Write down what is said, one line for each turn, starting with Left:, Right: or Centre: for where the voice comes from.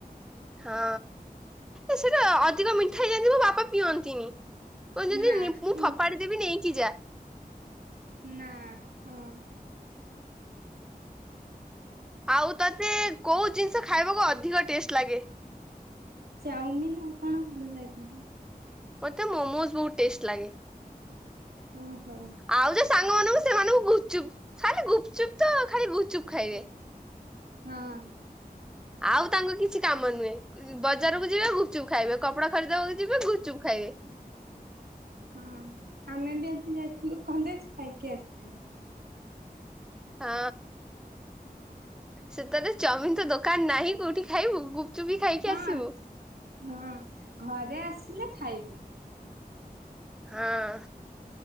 Centre: ହଁ ଏ ସେଟା ଅଧିକ ମିଠା ହେଇଯାଇଥିବ ମୋ ବାପା ପିଅନ୍ତିନି। କହୁଛନ୍ତି
Right: ନା
Centre: ମୁଁ ଫୋପାଡି
Right: ମା
Centre: ଦେବି ନେଇକି ଯା।
Right: ନା ହଁ।
Centre: ଆଉ ତୋତେ କୋଉ ଜିନିଷ ଖାଇବାକୁ ଅଧିକ ଟେଷ୍ଟ ଲାଗେ?
Right: ଚାଉମିିନ ଆଉ କଣ ଭଲ ଲାଗିବ?
Centre: ମୋତେ ମୋମୋଜ ବହୁତ ଟେଷ୍ଟ ଲାଗେ।
Right: ଓହୋ।
Centre: ଆଉ ଯୋଉ ସାଙ୍ଗ ମାନଙ୍କୁ ସେମାନଙ୍କୁ ଗୁପଚୁପ୍ ଖାଲି ଗୁପଚୁପ୍ ତ ଖାଲି ଗୁପଚୁପ୍ ଖାଇବେ।
Right: ହଁ।
Centre: ଆଉ ତାଙ୍କ କିଛି କାମ ନୁହେଁ। ବଜାରକୁ ଯିବେ ଗୁପ୍ ଚୁପ୍ ଖାଇବେ କପଡା ଖରିଦବାକୁ ଯିବେ ଗୁପ୍ ଚୁପ୍ ଖାଇବେ।
Right: ହଁ ଆମେ ବି ଆଜି ଯାଇଥିଲୁ କଲେଜ୍ ଖାଇକି ଆସିଛୁ।
Centre: ହଁ ସେତର ଚାଓମିନ୍ ତ ଦୋକାନ ନାହିଁ କୋଉଠି ଖାଇବୁ ଗୁପ୍ ତୁ ବି ଖାଇକି
Right: ହଁ।
Centre: ଆସିବୁ।
Right: ହଁ ଘରେ ଆସିଲେ ଖାଇବୁ।
Centre: ହଁ